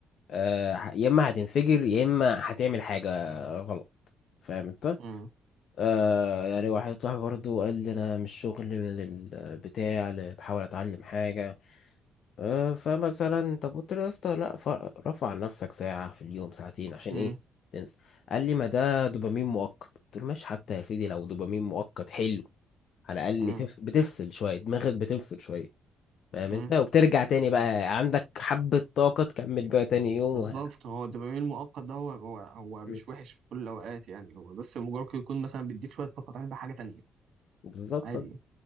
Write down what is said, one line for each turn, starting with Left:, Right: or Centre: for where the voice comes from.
Left: آه ه- يا اما هتنفجر يا اما هتعمل حاجة غلط فاهم انت
Right: امم
Left: آه يعني واحد صاحبي برضو قال لي انا مش شغل من البتاع اللي بحاول اتعلم حاجة آه، فمثلا طب قلت له يا اسطى لا ف- رفع عن نفسك ساعة في اليوم ساعتين عشان
Right: امم
Left: ايه تنسى قال لي ما ده دوبامين مؤقت قلت له ماشي حتى يا سيدي لو دوبامين مؤقت حلو على الأقل
Right: امم
Left: تف- بتفصل شوية دماغك بتفصل شوية فاهم
Right: امم
Left: انت وبترجع تاني بقى عندك حبة طاقة تكمل بقى تاني يوم
Right: بالظبط
Left: وهكذا
Right: هو الدوبامين المؤقت ده هو هو هو
Left: م.
Right: مش وحش في كل الاوقات يعني هو بس مجرد يكون مثلا بيديك شويه طاقه تعمل بيها حاجه تانيه
Left: بالظبط
Right: عادي